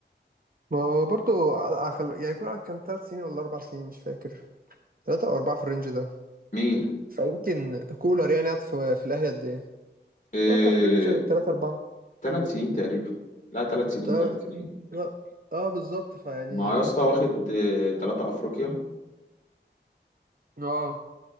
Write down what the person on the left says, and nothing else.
مين؟
إيه...
تلات سنين تقريبا لا تلات سنين
تلات سنين
ما يا اسطى واخد إيه... تلاتة أفريقيا